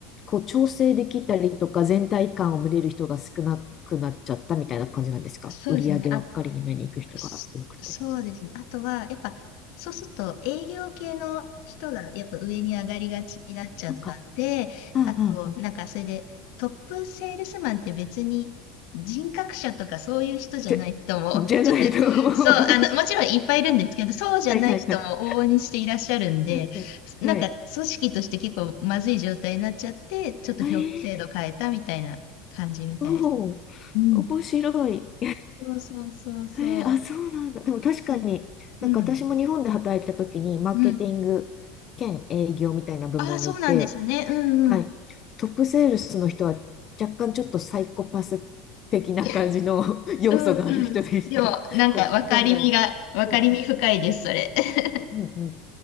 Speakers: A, on the left; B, on the left.
A: こう、調整できたりとか、全体感を見れる人が少なくなっちゃったみたいな感じなんですか売り上げばっかりに目に行く人が多くて。
B: そうですね。あそそうですね。あとは、やっぱ、そうすると営業系の人がやっぱ上に上がりがちになっちゃったんで、
A: そうか。うんうんうん。
B: あと、なんかそれでトップセールスマンって別に人格者とかそういう人じゃない人も、
A: じゃ、じゃないと思う。
B: ちょっと、そう、あの、もちろんいっぱいいるんですけど、そうじゃない人も往々にしていらっしゃるんで、
A: <laughs> はいはいはい。うんうん。
B: なんか組織として結構まずい状態になっちゃって、
A: はい。
B: ちょっと評価制度変えたみたいな感じみたいですね。
A: えー、おお
B: うん。
A: 面白い。
B: そうそうそうそう。
A: へえあ、そうなんだ。でも確かに、
B: うん。
A: なんか私も日本で働いた時に、
B: うん。
A: マーケティング兼営業みたいな部門にいて、
B: うん。ああ、そうなんですね。うんうん。
A: はい、トップセールスの人は若干ちょっとサイコパス的な感じの
B: <laughs>
A: <laughs> 要素がある人でした。
B: うんうん。でも、
A: <laughs>
B: なんか、
A: こう、
B: 分かりみが、
A: ガンガン。
B: 分かりみ深いです、
A: うん、
B: それ。<laughs>
A: うん、うん。うん